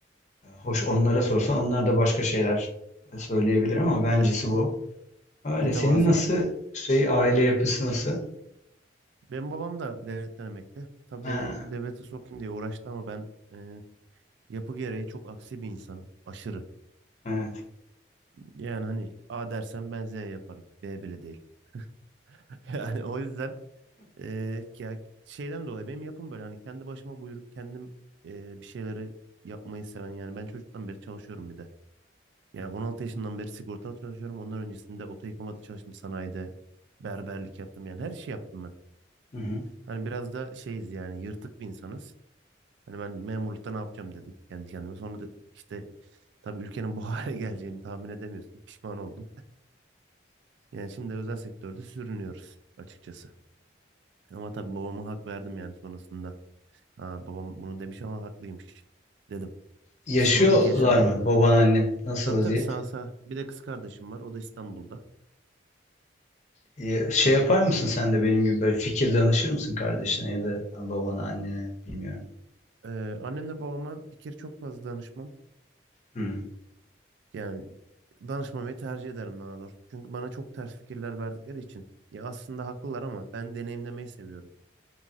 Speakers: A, on the left (about 35°); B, on the right (about 70°).
A: Hoş onlara sorsan onlar da başka şeyler söyleyebilir ama bencesi
B: <laughs>
A: bu. Öyle.
B: Mütevazılık.
A: Senin nasıl şey aile yapısı nasıl?
B: Benim babam da devletten emekli. Tabii
A: Ha,
B: beni devlete sokayım diye uğraştı ama ben e, yapı gereği çok aksi bir insanım. Aşırı.
A: evet.
B: Yani hani A dersen ben Z yaparım. B bile değil. <laughs> Yani o yüzden eee, ya şeyden dolayı benim yapım böyle hani kendi başıma buyruk kendim eee, bir şeyleri yapmayı seven yani ben çocuktan beri çalışıyorum bir de. Yani 16 yaşından beri sigortalı çalışıyorum. Ondan öncesinde oto yıkamada çalıştım sanayide. Berberlik yaptım yani her şey yaptım ben.
A: Hı hı.
B: Hani biraz da şeyiz yani yırtık bir insanız. Hani ben memurlukta ne yapacağım dedim kendi kendime. Sonra da işte tabii ülkenin bu hale <laughs> geleceğini tahmin edemiyorsun. Pişman oldum. Yani şimdi özel sektörde sürünüyoruz açıkçası. Ama tabii babama hak verdim yani sonrasında. Ha, babam bunu demiş ama haklıymış dedim.
A: Yaşıyorlar
B: Pişmanlık yaşadım.
A: mı baban annen? Nasıl
B: Tabii
A: vaziyet?
B: tabii sağ sağ. Bir de kız kardeşim var. O da İstanbul'da.
A: Ya- Şey yapar mısın sen de benim gibi böyle fikir danışır mısın kardeşine ya da babana annene bilmiyorum.
B: Ee, annemle babama fikir çok fazla danışmam.
A: Hmm,
B: Yani danışmamayı tercih ederim daha doğrusu. Çünkü bana çok ters fikirler verdikleri için. Ya aslında haklılar ama ben deneyimlemeyi seviyorum.